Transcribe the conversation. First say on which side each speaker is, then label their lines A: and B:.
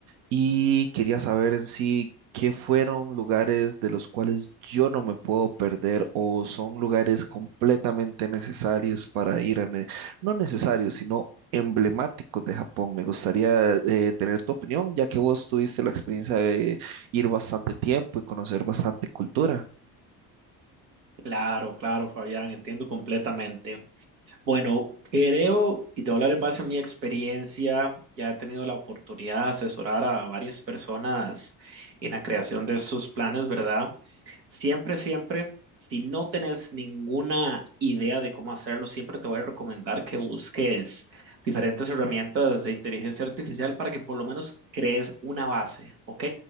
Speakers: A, on the right (about 65°); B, on the right (about 85°).
A: y quería saber en sí qué fueron lugares de los cuales yo no me puedo perder o son lugares completamente necesarios para ir a... ne- No necesarios, sino emblemáticos de Japón. Me gustaría eh, tener tu opinión, ya que vos tuviste la experiencia de ir bastante tiempo y conocer bastante cultura.
B: Claro, claro, Fabián, entiendo completamente. Bueno, creo, y te voy a hablar en base a mi experiencia, ya he tenido la oportunidad de asesorar a varias personas en la creación de sus planes, ¿verdad? Siempre, siempre, si no tenés ninguna idea de cómo hacerlo, siempre te voy a recomendar que busques diferentes herramientas de inteligencia artificial para que por lo menos crees una base, ¿ok?